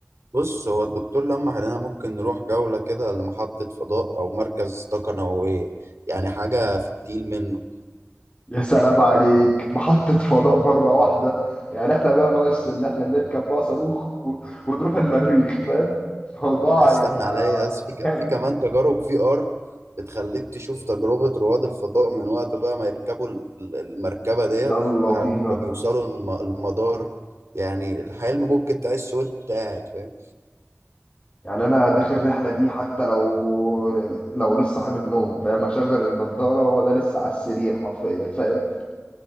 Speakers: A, on the right; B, on the left.
A: بص هو الدكتور لمح علينا ممكن نروح جولة كده لمحطة فضاء أو مركز طاقة نووية يعني حاجة في التقيل منه
B: يا سلام عليك محطة فضاء مرة واحدة يعني احنا بقى ناقص اللي احنا نركب بقى صاروخ و- ونروح المريخ فاهم الموضوع
A: استنى
B: هيبقى
A: عليا بس في ك-
B: جامد
A: في كمان تجارب في آر بتخليك تشوف تجربة رواد الفضاء من وقت بقى ما يركبوا ال- ال- المركبة ديت
B: يلا
A: لحد
B: بينا
A: ما بيوصلوا الم- المدار يعني الحلم ممكن تعيش وأنت قاعد فاهم
B: يعني انا داخل الرحلة دي حتى لو لو لسه صاحي من النوم فاهم اشغل النضارة وانا لسه على السرير حرفيا فاهم